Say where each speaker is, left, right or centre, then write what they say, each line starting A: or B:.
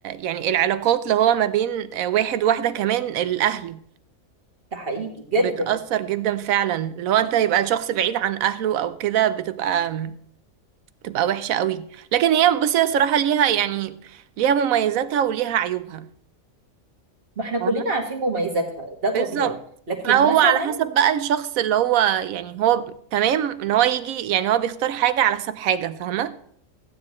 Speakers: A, on the right (about 80°); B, on the right (about 45°).
A: يعني العلاقات اللي هو ما بين آه، واحد وواحده كمان الاهل
B: ده حقيقي جدا
A: بتأثر جدا فعلا اللي هو انت يبقى الشخص بعيد عن اهله او كده بتبقى بتبقى وحشه قوي لكن هي بصي هي صراحه ليها يعني ليها مميزاتها وليها عيوبها
B: ما احنا كلنا
A: فاهمة؟
B: عارفين مميزاتها ده طبيعي
A: بالظبط
B: لكن
A: فهو
B: مثلا
A: على حسب بقى الشخص اللي هو يعني هو ب- تمام ان هو يجي يعني هو بيختار حاجه على حسب حاجه فاهمه